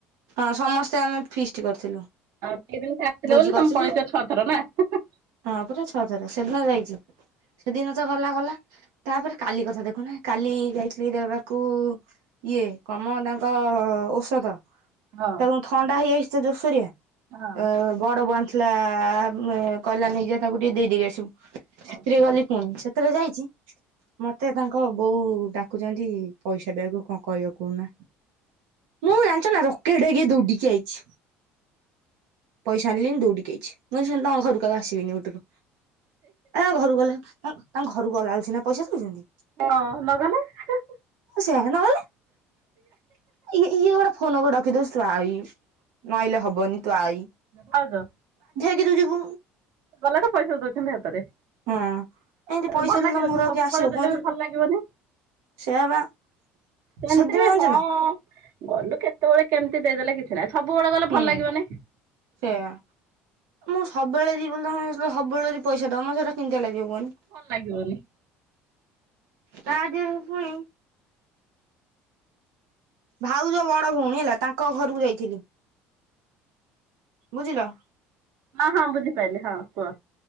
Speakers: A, on the right; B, on the right.
A: ହଁ ସମସ୍ତେ ଆମେ ଫିଷ୍ଟ କରିଥିଲୁ
B: ଏଇଦିନ ସେ ଆସଥିଲେ
A: ଭୋଜି
B: ବୋଲି
A: କରିଥିଲୁ
B: ତମେ ପଳେଚ ଛଅ ଥର ନା ହିଁ ହିଁ
A: ହଁ ପୁରା ଛଅ ଥର ସେଦିନ ଯାଇଛି ସେଦିନ ତ ଗଲା ଗଲା ତାପରେ କାଲି କଥା ଦେଖୁନା କାଲି ଯାଇଥିଲି ଦେବାକୁ ଇଏ କନ୍ ମ ତାଙ୍କ ଔଷଧ।
B: ହଁ
A: ତାକୁ ଥଣ୍ଡା ହେଇଯାଇଶ୍ ସେ ଜୋର୍ ସାରିଆ
B: ହଁ
A: ଆ ବଡ ବଂସ୍ ଲା ଆ ଆ କହିଲା ନେଇଯା ତାକୁ ଟିକେ ଦେଇଦେଇକି ଆସିବୁ। ସେଥିରେ
B: ହଉ।
A: ଗଲି ପୁଣି ସେ ଥିରେ ଯାଇଛି ମତେ ତାଙ୍କ ବୋଉ ଡାକୁଛନ୍ତି ପଇସା ଦେବୁ କଣ କଇବୁ କଉନା ମୁଁ ଜାଣିଛ ନା ରକେଟେ ହେଇକି ଦୌଡିକି ଆଇଛି। ପଇସା ଆନ୍ଲନ୍ ଦୋଉଡ଼ିକି ଆଇଚି। ମୁଇ ଶୁନ୍ ନା ତାଙ୍କ ଘରକୁ ଆଉ ଆସିବିନି ମୋଟୁରୁ। ତା ଘରୁ ଗଲେ ତାଙ୍କ ତାଙ୍କ ଘରୁ ଗଲା ଆଳ ସିନା ପଇସା ଦେଉଚ ନ୍ତି
B: ହଁ ନଗଲେ ହିଁ।
A: ସେ ଅ ନଗଲେ ଇ ଇଏ ଗୋଡେ ଫୋନ ଗଡ ଖିଦୂର୍ ଆଇ ନଆଇଲେ ହବନି ତୁ ଆଇ।
B: ହଉ ଜ
A: କି ତୁ ଯିବୁ।
B: ଗଲେ ତ ପଇସା ଦଉଛନ୍ତି ହାତରେ।
A: ହଁ ଏମିତି ପଇସା
B: ଭଲ
A: ଦେଲେ
B: ଲାଗିବ
A: ତମ
B: କି
A: ଘର
B: ସବୁବେଳେ
A: କୁ ଆଉ କିଏ ଆସିବ
B: ଦେଲେ
A: କୁହନି
B: ବି ଭଲ ଲାଗିବନି।
A: ସେୟା ବା।
B: ସେମତି
A: ସେଦିନ ଜାଣିଛ
B: ହଁ
A: ନା
B: ଗଲୁ କେତେବେଳେ କେମିତି ଦେଇଦେଲେ କିଛି ନାହିଁ ସବୁବେଳେ ଗଲେ
A: ହୁଁ
B: ଭଲ ଲାଗିବନି।
A: ସେୟା ମୁଁ ସବୁବେଳେ ଯିବି ବୋଲି ତମେ ସବୁବେଳେ ଯଦି ପଇସା ଦବ ମତେ ସେଇଟା କିମିତିଆ ଲାଗିବ କୁହନି।
B: ଭଲ ଲାଗିବନି
A: ତା ଦିହରେ ପୁଣି ଭାଉଜ ବଡ ଭଉଣୀ ହେଲା ତା ଙ୍କ ଘରୁକୁ ଯାଇଥିଲି। ବୁଝିଲ
B: ହଁ ହଁ ବୁଝିପାଇଲି ହଁ କୁହ।